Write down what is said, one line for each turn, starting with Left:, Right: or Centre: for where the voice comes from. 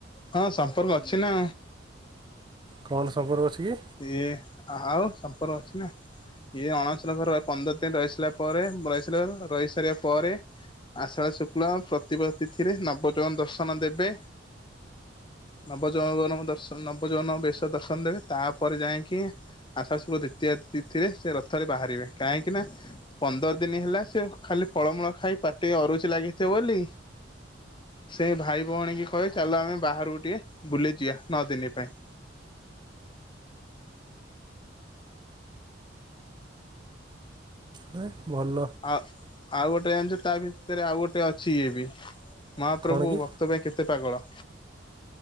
Left: ହଁ ସମ୍ପର୍କ ଅଛି ନା।
Right: କଣ ସମ୍ପର୍କ ଅଛି? କି?
Left: ଇଏ ଆଉ ସମ୍ପର୍କ ଅଛି ନା ଇଏ ଅଣସର ଘର ର ପନ୍ଦର ଦିନ ରହି ସାରିଲା ପରେ ରହିସାରିଲା ରହି ସାରିବା ପରେ ଆଷାଢ ଶୁକ୍ଲ ପ୍ରତିଭା ତିଥିରେ ନବଯୈବନ ଦର୍ଶନ ଦେବେ ନବଯୈବନ ଦର୍ଶନ ନବଯୌବନ ବେଶ ଦର୍ଶନ ଦେବେ ତାପରେ ଯାଇକି ଆଷାଢ ଶୁକ୍କ ଦ୍ଵିତୀୟ ତିଥିରେ ସେ ରଥରେ ବାହାରିବେ କାହିଁକି ନା ପନ୍ଦର ଦିନ ହେଲା ସେ ଖାଲି ଫଳମୂଳ ଖାଇ ପାଟି ଅରୁଚି ଲାଗିଥିବ ବୋଲି ସେ ଭାଇ ଭଉଣୀ କି କହେ ଚାଲ ଆମେ ବାହାରକୁ ଟିକେ ବୁଲିଯିବା ନଅ ଦିନ ପାଇଁ।
Right: ନାଇଁ ଭଲ
Left: ଆଉ ଆଉ ଗୋଟେ ଜାଣିଛ ତା ବି ସେରେ ଆଉ ଗୋଟେ ଅଛି ଇଏ ବି ମହାପ୍ରଭୁ
Right: କଣ କି
Left: ଭକ୍ତ ପାଇଁ କେତେ ପାଗଳ।